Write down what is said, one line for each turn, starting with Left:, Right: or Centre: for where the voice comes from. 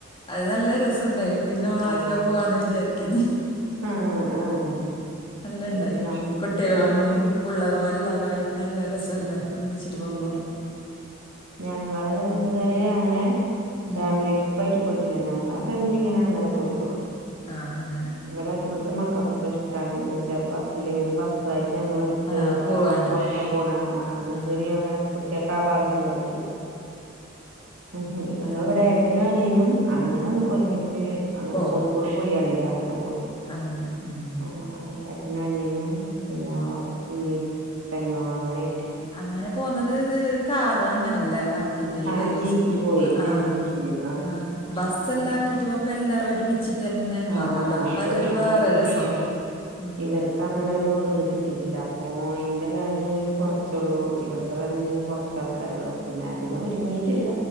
Left: അത് നല്ല രസംണ്ടായിനു പിന്നോ വാതില
Right: ആഹ്
Left: പോവാന്ന് വിചാരിക്കുന്നു
Right: ആഹ് ആഹ്
Left: അല്ല ഇണ്ടായി
Right: ഇത് നമ്മ
Left: കുട്ടികളും
Right: ഞങ്ങളത്
Left: പിള്ളേറും എല്ലാവരും ആയിട്ട് നല്ല രസല്ലേ ഒന്നിച്ചിട്ട് പോകുമ്പോ
Right: ഉം ഞങ്ങള് ഇതുവരെ അങ്ങനെ
Left: ഉം.
Right: ഫാമിലി ട്രിപ്പ് പോയിട്ടില്ല. ഞങ്ങളെ ഫാമിലി ഇങ്ങനെ അങ്ങന പോയിട്ടുള്ളു.
Left: ആഹ് അങ്ങനെ
Right: ഇവിടെ ഇവിടുത്തെ മക്കൾക്കൊക്കെ ഇഷ്ടാണ്. എന്താ വെച്ചാ ബസ്സില് ഒരു ബസ്സായിട്ട് നമ്മൾ എടു
Left: ആ പോവാന്
Right: ഫാമിലി മൊത്തം പോണ അങ്ങനെ
Left: ആ
Right: ഇത് വരെ അങ്ങന കുട്ടികക്കാ ഭാഗ്യം ഉണ്ടായിട്ടില്ല. ഉം ഞങ്ങിവിടെ
Left: അതെ
Right: ഏട്ടനും അനിയനും അങ്ങനെ
Left: ആ,
Right: ഒന്ന് ഒരുമിച്ച് അങ്ങനെ
Left: പോവും
Right: കോഴി ക്കൊട് പോയിയണില്ലേ അങ്ങനെ പോയി.
Left: അങ്ങനെ ഉം
Right: ആഹ് ആഹ് ഏട്ടനാനിയനും പിന്നെ
Left: ഉം
Right: ഉമ്മിപ്പെങ്ങളും അങ്ങനായിട്ട്.
Left: അങ്ങനെ പോന്നത് ഇത് കാറ് അങ്ങനല്ലേ ഇത്
Right: ആ
Left: ബസ്
Right: ജീപ്പില് പോയി ഞങ്ങൾ
Left: ആഹ്
Right: ജീപ്പില് ആ
Left: ആഹ് ബസ്
Right: മ
Left: എല്ലാക്കിട്ട് പോകുമ്പോ എല്ലാരും ഒരുമിച്ച് ഇത് തന്നെ ഉണ്ടാവുമല്ലോ
Right: ആ ആ
Left: അപ്പൊ
Right: അത്
Left: അതൊരു
Right: ആ
Left: വേറെ
Right: അത് രസാണ്
Left: രസം. ഉം
Right: ഇവർക്ക് അങ്ങനെ ഒരു ഇത് കിട്ടിയിട്ടില്ല അപ്പൊ എ ന്റെ ഫാമിലിയിലും കുറച്ചുള്ളൂ ഇവിടത്തെ ഫാമിലിയിലും കുറച്ച് ആൾക്കാരുള്ളു പിന്നെ അതിന് ഒരുങ്ങിയിട്ടില്ല.